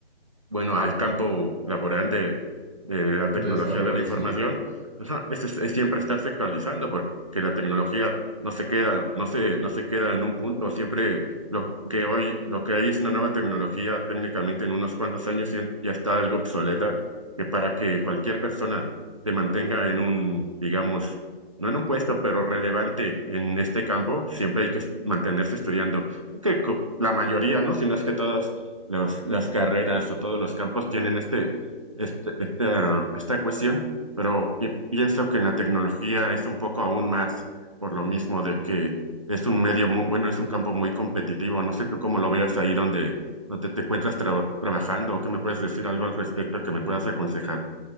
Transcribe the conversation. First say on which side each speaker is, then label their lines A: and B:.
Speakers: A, on the right (about 30°); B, on the right (about 15°).
A: bueno, al campo laboral de, de la tecnología
B: De desarrollo,
A: de la información,
B: sí.
A: ajá, es, es- es siempre estarse actualizando, porque la tecnología no se queda, no se, no se queda en un punto, siempre lo que hoy, lo que hay es una nueva tecnología, técnicamente en unos cuantos años ya, ya está algo obsoleta, que para que cualquier persona se mantenga en un, digamos, no en un puesto, pero relevante en este campo, siempre hay que mantenerse estudiando. Que co- la mayoría, ¿no? Si no es que todas los- las carreras o todos los campos tienen este, este, esta, esta cuestión, pero pi- pienso que en la tecnología es un poco aún más, por lo mismo de que es un medio muy, bueno, es un campo muy competitivo. No sé tú cómo lo veas ahí donde, donde te encuentras tra- trabajando o qué me puedes decir algo al respecto que me puedas aconsejar.